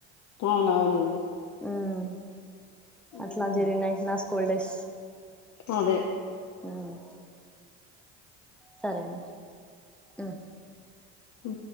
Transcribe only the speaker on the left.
అవునవునండి
హ్మ్.
హ్మ్.
అదే
ఉ